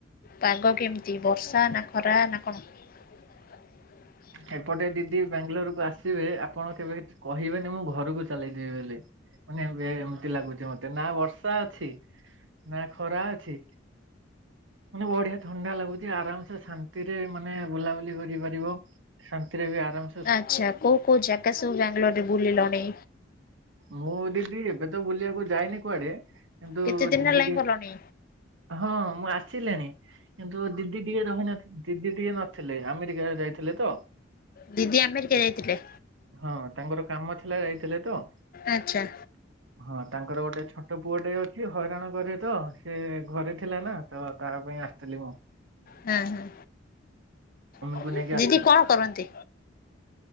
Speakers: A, on the left; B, on the right.
A: ପାଗ କେମିତି ବର୍ଷା ନା ଖରା ନା କଣ? <unintelligible>
B: ଏପଟେ ଦିଦି ବାଙ୍ଗାଲୋରକୁ ଆସିବେ ଆପଣ କେବେ କିଛି କହିବେନି ମୁଁ ଘରକୁ ଚାଲିଯିବି ବୋଲି। ମାନେ ବେ ଏମିତି ଲାଗୁଚି ମତେ ନା ବର୍ଷା ଅଛି। ନା ଖରା ଅଛି। ମାନେ ବଢିଆ ଥଣ୍ଡା ଲାଗୁଚି ଆରାମ ସେ ଶାନ୍ତିରେ ମାନେ ବୁଲାବୁଲି କରି ପାରି ରିବ ଶାନ୍ତିରେ ବି ଆରାମ
A: ଆଚ୍ଛା କୋଉ କୋଉ ଜାଗା ସବୁ ବାଙ୍ଗାଲୋର ରେ ବୁଲିଲଣି?
B: ମୁଁ ଦିଦି ଏବେ ତ ବୁଲିବାକୁ ଯାଇନି କୁଆଡେ କିନ୍ତୁ
A: କେତେ ଦିନ
B: ଦିଦି
A: ହେଲାଣି
B: ଟିକେ
A: ଗଲଣି?
B: ହଁ ମୁଁ ଆସିଲିଣି କିନ୍ତୁ ଦିଦି ଟିକେ ରହିନ ଦିଦି ଟିକେ ନଥିଲେ ଆମେରି କା ଯାଇଥିଲେ ତ।
A: ଦିଦି ଆମେରିକା ଯାଇଥିଲେ?
B: ହଁ ତାଙ୍କର କାମ ଥିଲା ଯାଇଥିଲେ ତ।
A: ଆଛା।
B: ହଁ ତାଙ୍କର ଗୋଟେ ଛୋଟ ପୁଅ ଟେ ଅଛି ହଇରାଣ କରେ ତ ସେ ଘରେ ଥିଲା ନା ତ ତାହା ପାଇଁ ଆସିଥିଲି ମୁଁ।
A: ହଁ ହଁ।
B: ଗୁ ନେଇକି
A: ଦିଦି
B: ଆସିଥିଲି
A: କଣ କରନ୍ତି?